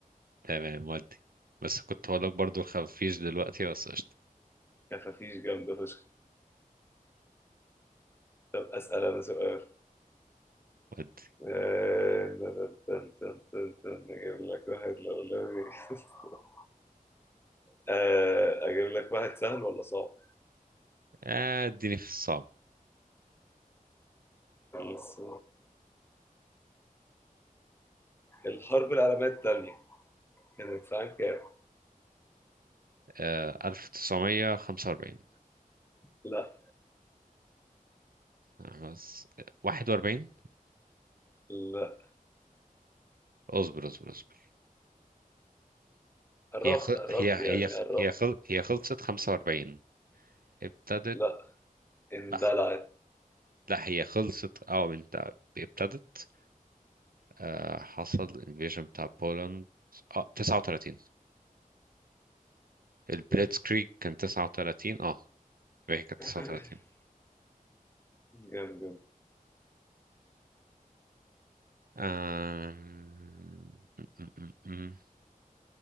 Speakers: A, on the right; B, on the left.
A: تمام ودي بس كنت هقول لك برضو الخفيش دلوقتي بس قشطة
B: كفافيش جامدة فشخ طب أسأل أنا سؤال
A: ودي
B: آه، تن- تن- تن- تن- تن. أجيب لك واحد لو لو- <laughs> آه، أجيب لك واحد سهل ولا صعب؟
A: آه، اديني في الصعب
B: الص- الحرب العالمية التانية كانت في عام كام؟
A: آه، 1945
B: لا
A: خلاص. 41
B: لا
A: اصبر اصبر اصبر
B: قربت
A: هي خ...
B: قربت
A: هي
B: يعني
A: هي
B: قربت
A: هي خل... هي خلصت 45 ابتدت
B: لا اندلعت
A: لا لا هي خلصت اه انت ابتدت آه، حصل invasion بتاع بولند اه 39 البليتس
B: جامد
A: كريك كان 39 اه هي كانت
B: <coughs>
A: 39
B: جامد جامد
A: أم... م- م- م- م.